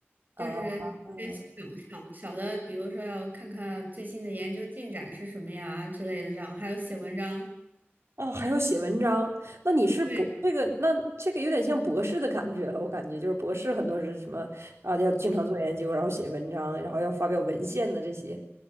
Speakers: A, on the right (about 85°); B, on the right (about 45°).
A: 啊啊。
B: 就是一些小小小的，
A: 嗯
B: 比如说要看看最新的研究进展是什么呀之类的，这样还有写文章。
A: 哦，还要写文章，那你是博这个，
B: 对，
A: 那这个有点像博士的感觉了。我感觉就是博士很多是什么啊，要经常做研究，
B: 嗯
A: 然后写文章，然后要发表文献的这些。